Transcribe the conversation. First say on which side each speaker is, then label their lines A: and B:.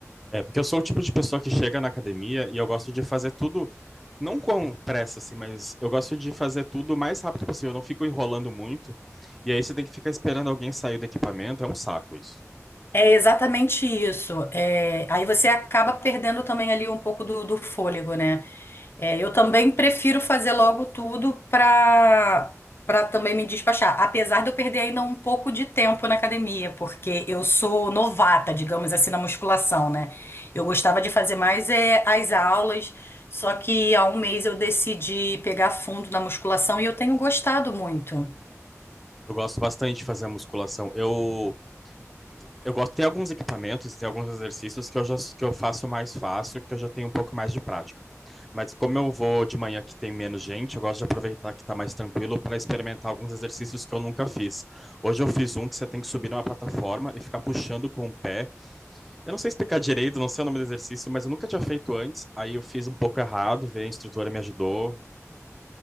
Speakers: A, in the centre; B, on the left.
A: É porque eu sou o tipo de pessoa que chega na academia e eu gosto de fazer tudo não com pressa assim, mas eu gosto de fazer tudo o mais rápido possível, eu não fico enrolando muito. E aí você tem que ficar esperando alguém sair do equipamento, é um saco isso.
B: É exatamente isso. É, aí você acaba perdendo também ali um pouco do, do fôlego, né? É, eu também prefiro fazer logo tudo para para também me despachar. Apesar de eu perder ainda um pouco de tempo na academia, porque eu sou novata, digamos assim, na musculação, né? Eu gostava de fazer mais é, as aulas, só que há um mês eu decidi pegar fundo na musculação e eu tenho gostado muito.
A: Eu gosto bastante de fazer musculação. Eu, eu gosto, tem alguns equipamentos, tem alguns exercícios que eu já que eu faço mais fácil, que eu já tenho um pouco mais de prática. Mas como eu vou de manhã que tem menos gente, eu gosto de aproveitar que está mais tranquilo para experimentar alguns exercícios que eu nunca fiz. Hoje eu fiz um que você tem que subir numa plataforma e ficar puxando com o pé. Eu não sei explicar direito, não sei o nome do exercício, mas eu nunca tinha feito antes. Aí eu fiz um pouco errado, veio a instrutora me ajudou,